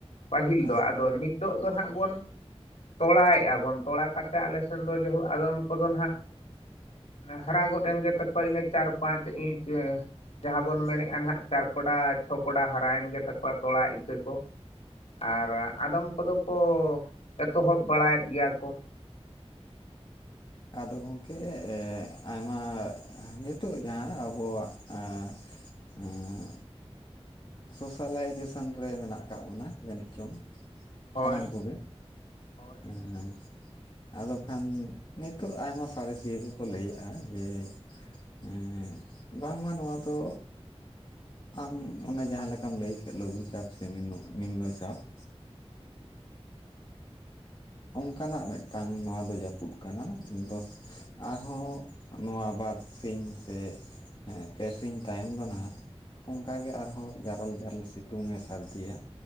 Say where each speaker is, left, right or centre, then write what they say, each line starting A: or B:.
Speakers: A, on the left; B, on the left.
A: ᱯᱟᱹᱦᱤᱞ
B: ᱦᱮᱸ
A: ᱫᱚ ᱟᱫᱚ ᱱᱤᱛᱚᱜ ᱫᱚ ᱱᱟᱦᱟᱜ ᱵᱚᱱ ᱛᱚᱲᱟᱭᱮᱜᱼᱟ ᱵᱚᱱ, ᱛᱚᱲᱟ ᱠᱟᱛᱮ ᱛᱮ ᱟᱞᱮ ᱥᱮᱱ ᱫᱚ ᱡᱮᱦᱩᱠ ᱟᱫᱚᱢ ᱠᱚᱫᱚ ᱱᱟᱦᱟᱜ, ᱦᱟᱨᱟ ᱜᱚᱫ ᱮᱱ ᱜᱮ ᱛᱟᱠᱚᱣᱟ ᱤᱱᱟᱹ ᱪᱟᱨ ᱯᱟᱸᱪ ᱤᱱᱠᱟᱹ᱾ ᱡᱟᱦᱟᱸ ᱵᱚᱱ ᱢᱮᱱᱮᱜᱼᱟ ᱱᱟᱦᱟᱜ ᱪᱟᱨ ᱠᱚᱲᱟ ᱪᱷᱚ ᱠᱚᱲᱟ ᱦᱟᱨᱟᱭᱮᱱ ᱜᱮ ᱛᱟᱠᱚᱣᱟ ᱛᱚᱲᱟ ᱤᱛᱟᱹ ᱠᱚ᱾ ᱟᱨ ᱟᱫᱚᱢ ᱠᱚᱫᱚ ᱠᱚ ᱮᱛᱚᱦᱚᱵ ᱵᱟᱲᱟᱭᱮᱫ ᱜᱮᱭᱟ ᱠᱚ᱾
B: ᱟᱫᱚ ᱜᱚᱝᱠᱮ, ᱟᱭᱢᱟ ᱱᱤᱛᱚᱜ ᱡᱟᱦᱟᱸ ᱟᱵᱚᱣᱟᱜ ᱟ ᱟᱸ, ᱥᱳᱥᱟᱞᱟᱭᱡᱮᱥᱚᱱ ᱨᱮ ᱢᱮᱱᱟᱜ ᱟᱠᱟᱜ ᱵᱚᱱᱟ ᱡᱟᱹᱱᱤᱡ ᱪᱚᱝ?
A: ᱦᱳᱭ
B: ᱥᱟᱱᱟᱢ ᱠᱚᱜᱮ,
A: ᱦᱳᱭ
B: ᱮᱸᱜ, ᱟᱫᱚ ᱠᱷᱟᱱ ᱱᱤᱛᱚᱜ ᱟᱭᱢᱟ ᱥᱟᱬᱮᱥᱤᱭᱟᱹ ᱠᱚᱠᱚ ᱞᱟᱹᱭᱮᱜᱼᱟ ᱡᱮ, ᱮᱸᱜ, ᱵᱟᱝ ᱢᱟ ᱱᱚᱣᱟ ᱫᱚ ᱟᱢ, ᱚᱱᱮ ᱡᱟᱦᱟᱸ ᱞᱮᱠᱟᱢ ᱞᱟᱹᱭ ᱠᱮᱫ ᱞᱩᱜᱩ ᱪᱟᱯ ᱥᱮ ᱱᱤ ᱱᱤᱢᱱᱚ ᱪᱟᱯ᱾ ᱦᱮᱸ᱾ ᱚᱝᱠᱟ ᱱᱟᱜ ᱢᱤᱫᱴᱟᱝ ᱱᱚᱣᱟ ᱫᱚ ᱡᱟᱹᱯᱩᱫ ᱠᱟᱱᱟ ᱫᱚ᱾ ᱟᱨᱦᱚᱸ ᱱᱚᱣᱟ ᱵᱟᱨ ᱥᱤᱧ ᱥᱮ ᱯᱮ ᱥᱤᱧ ᱛᱟᱭᱚᱢ ᱫᱚ ᱱᱟᱜ, ᱚᱱᱠᱟ ᱜᱮ ᱟᱨᱦᱚᱸ ᱡᱟᱨᱟᱞ ᱡᱟᱨᱟᱞ ᱥᱤᱛᱩᱝ ᱮ ᱥᱟᱹᱨᱫᱤᱭᱟ᱾